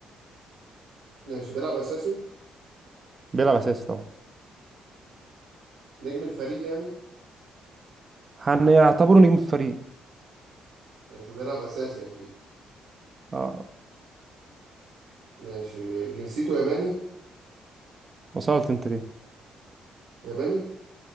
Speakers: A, on the right (about 85°); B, on the right (about 30°).
A: ماشي بيلعب اساسي
B: بيلعب اساسي طبعا
A: نجم الفريق يعني
B: هنعتبره نجم الفريق
A: ماشي بيلعب اساسي اكيد
B: اه
A: ماشي جنسيته ياباني
B: وصلت انت ليه
A: ياباني